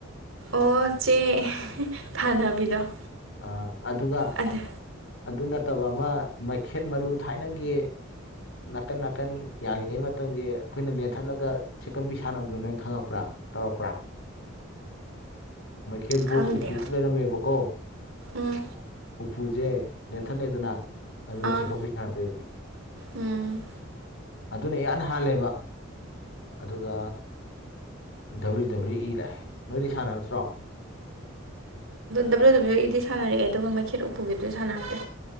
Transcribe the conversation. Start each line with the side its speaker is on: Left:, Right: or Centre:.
Right: ꯑꯣ ꯆꯦ ꯊꯥꯟꯅꯕꯤꯗꯣ
Left: ꯑ ꯑꯗꯨꯒ
Right: ꯑꯗ
Left: ꯑꯗꯨ ꯅꯠꯇꯕ ꯑꯃ ꯃꯩꯈꯦꯠ ꯃꯔꯨ ꯊꯥꯏꯅꯒꯤ ꯅꯥꯀꯟ ꯅꯥꯀꯟ ꯌꯥꯜꯂꯤꯉꯩ ꯃꯇꯝꯒꯤ ꯑꯩꯈꯣꯏꯅ ꯂꯦꯟꯊꯠꯂꯒ ꯆꯦꯛꯀꯞꯄꯤ ꯁꯥꯟꯅꯕꯗꯨꯅ ꯑꯩꯅ ꯈꯪꯉꯛꯄ꯭ꯔꯥ ꯇꯔꯄ꯭ꯔꯥ ꯃꯩꯈꯦꯠ ꯕꯣꯛꯁ
Right: ꯈꯪꯗꯦ
Left: ꯎꯄꯨ ꯑꯃ ꯂꯩꯔꯝꯃꯦꯕꯀꯣ
Right: ꯎꯝ
Left: ꯎꯄꯨꯁꯦ ꯂꯦꯟꯊꯠꯂꯦꯗꯅ ꯑꯗꯨꯒ
Right: ꯑꯥ
Left: ꯆꯦꯛꯀꯧꯄꯤ ꯁꯥꯟꯅꯗꯣꯏꯕ
Right: ꯎꯝ
Left: ꯑꯗꯨꯅ ꯏꯍꯥꯟ ꯍꯥꯜꯂꯦꯕ ꯑꯗꯨꯒ ꯗꯕ꯭ꯂꯤꯎ ꯗꯕ꯭ꯂꯤꯎ ꯏ ꯂꯥꯛꯑꯦ ꯅꯣꯏꯗꯤ ꯁꯥꯟꯅꯔꯛꯇ꯭ꯔꯣ
Right: ꯗꯕ꯭ꯂꯤꯎ ꯗꯕ꯭ꯂꯤꯎ ꯏꯗꯤ ꯁꯥꯟꯅꯔꯛꯑꯦ ꯑꯗꯨꯒ ꯃꯩꯈꯦꯠ ꯎꯄꯨꯒꯤꯗꯨꯗꯤ ꯁꯥꯟꯅꯔꯛꯇꯦ